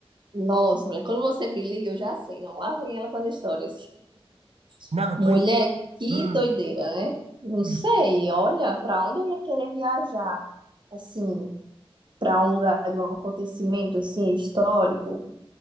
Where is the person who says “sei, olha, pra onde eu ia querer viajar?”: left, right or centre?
Right